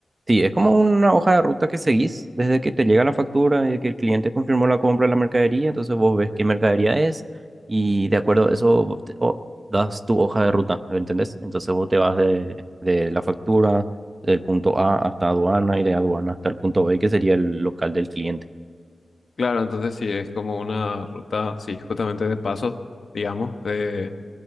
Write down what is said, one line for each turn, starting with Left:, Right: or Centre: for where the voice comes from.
Right: Sí, es como una hoja de ruta que seguís desde que te llega la factura y que el cliente confirmó la compra de la mercadería, entonces vos ves qué mercadería es y de acuerdo a eso vos te- o- das tu hoja de ruta, ¿me ¿entendés? Entonces vos te vas de, de la factura del punto A hasta aduana y de aduana hasta el punto B, que sería el local del cliente.
Left: Claro, entonces sí, es como una ruta, sí, justamente de paso, digamos, de,